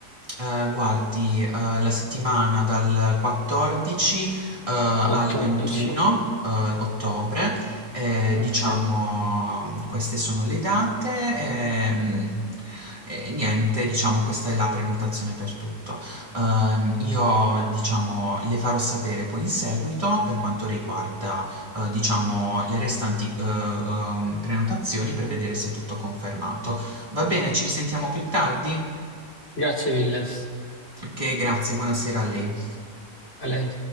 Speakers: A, on the right; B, on the left.
A: Eh, guardi, eh, la settimana dal 14, eh, al
B: 14.
A: 21, eh, ottobre, eh,
B: Ok,
A: diciamo, queste sono le date. ehm, E, niente, diciamo, questa è la prenotazione per tutto. Ehm, io, diciamo, le farò sapere poi in seguito per quanto riguarda, eh, diciamo, le restanti, eh, ehm, prenotazioni per vedere se è tutto confermato. Va bene, ci risentiamo più tardi?
B: grazie mille
A: Che grazie, buonasera a lei.
B: a lei.